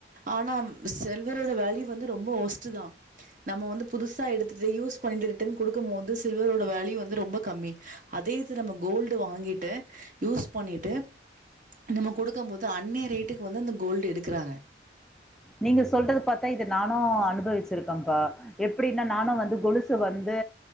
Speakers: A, on the right; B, in the centre.
A: ஆனா செல்வரோட வேல்யூ வந்து ரொம்ப ஒஸ்ட்டு தா நம்ம வந்து புதுசா எடுத்துட்டு யூஸ் பண்ணிட்டு ரிட்டர்ன் கொடுக்கு போது சில்வர்ரோட வேல்யூ வந்து ரொம்ப கம்மி அதே இது நம்ம கோல்டு வாங்கிட்டு யூஸ் பண்ணிட்டு நம்ம கொடுக்கம் போது அன்னைய ரேட்டுக்கு வந்து இந்த கோல்டு எடுக்கிறாங்க
B: நீங்க சொல்றது பாத்தா இத நானு அனுபவிச்சிருக்கேன்ப்பா எப்டின்னா நானு வந்து கொலுசு வந்து